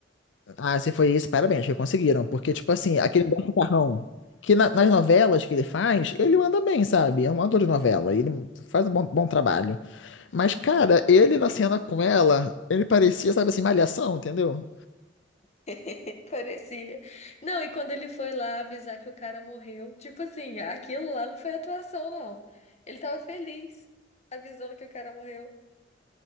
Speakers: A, on the left; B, on the left.
A: Ah, se foi isso, parabéns, que conseguiram. Porque, tipo assim, aquele Humberto Carrão, que na- nas novelas que ele faz, ele manda bem, sabe? É um ator de novela, ele faz um bom bom trabalho. Mas, cara, ele na cena com ela, ele parecia, sabe assim, malhação, entendeu?
B: <laughs> Parecia. Não, e quando ele foi lá avisar que o cara morreu, tipo assim, aquilo lá não foi atuação, não. Ele tava feliz avisando que o cara morreu.